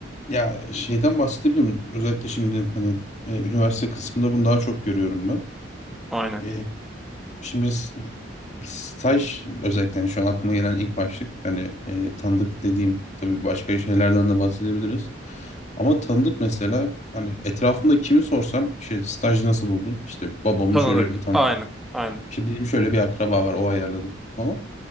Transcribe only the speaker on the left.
ya şeyden bahsedebilirim. Özellikle şimdi hani e, üniversite kısmında bunu daha çok görüyorum ben.
Ee, şimdi Staj özellikle yani şu an aklıma gelen ilk başlık. Hani e, tanıdık dediğim tabii başka şeylerden de bahsedebiliriz. Ama tanıdık mesela hani etrafımda kimi sorsam işte staj nasıl buldun? İşte babamın
şöyle bir tanıdık.
İşte bizim şöyle bir akraba var o ayarladı falan.